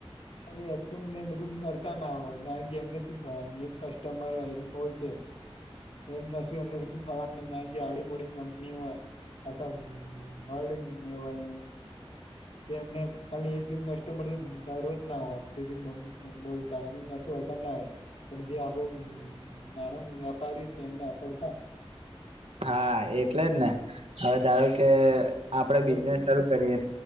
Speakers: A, on the left; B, on the right.
A: અને એક્શન ને બધું કરતા ના હોય કારણ કે એમને શું થવાનું એક કસ્ટમર હોય તે બોલશે. એ ને કશું એમને કશું થવાનું નઈ કારણ કે આડી મોડી કંપની હોય. આખ આ વાર્લ્ડ ને વર્લ્ડની. તેમને ખાલી એક બી કસ્ટમર <unintelligible> રોજ ના હોય કે જે બો બો બોલતા અને <unintelligible> પણ જે આપણો નાનો વ્યાપારીને એમને અસર થાય.
B: હા એટલે જ ને હવે ધાર કે આપડે બિઝનેસ
A: ઓકે
B: શરૂ કરી